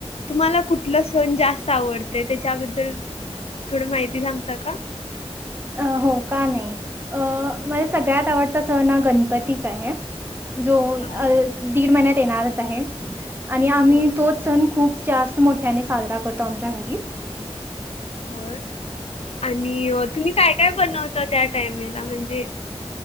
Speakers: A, on the left; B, on the right.
A: तुम्हाला कुठलं सण जास्त आवडते त्याच्याबद्दल थोडं माहिती सांगता का?
B: अ हो का नाही अ मला सगळ्यात आवडता सण हा गणपतीचा आहे. जो अं
A: हा
B: दीड महिन्यात येणारच आहे. आणि आम्ही
A: होय
B: तोच सण खूप जास्त मोठ्याने साजरा करतो आमच्या घरी.
A: होय, आणि तुम्ही काय, काय बनवता त्या टाईयमेला म्हणजे